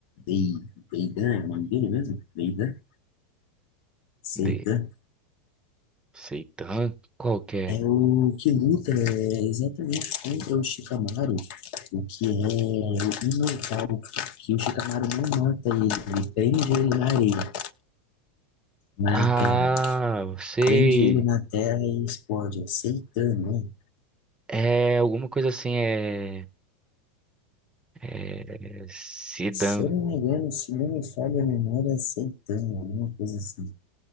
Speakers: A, on the left (about 60°); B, on the right (about 15°).
A: Dei, Deida é o nome dele mesmo? Deida, Seita.
B: De Seitan? Qual que é?
A: É o que luta é, exatamente contra o Shikamaru, o que é o imortal, que o Shikamaru não mata ele, ele prende ele na areia, na
B: Ah,
A: terra,
B: sei.
A: prende ele na terra e explode, é Seitan, né?
B: É alguma coisa assim, é. É, Sidan.
A: Se eu não me engano, se não me falha a memória, é Seitan, alguma coisa assim.